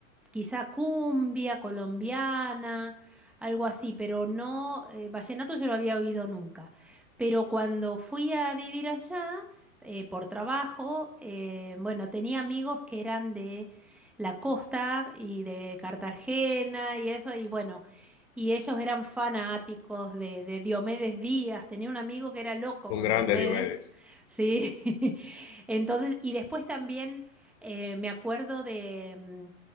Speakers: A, in the centre; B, on the left.
A: quizá cumbia colombiana, algo así, pero no, eh, vallenato yo no había oído nunca. Pero cuando fui a vivir allá, eh, por trabajo, eh, bueno, tenía amigos que eran de la costa y de Cartagena y eso, y bueno, y ellos eran fanáticos de, de Diomedes Díaz, tenía un amigo que era loco
B: Un
A: con
B: grande
A: Diomedes,
B: Diomedes.
A: ¿sí? <laughs> Entonces, y después también eh, me acuerdo de, mm,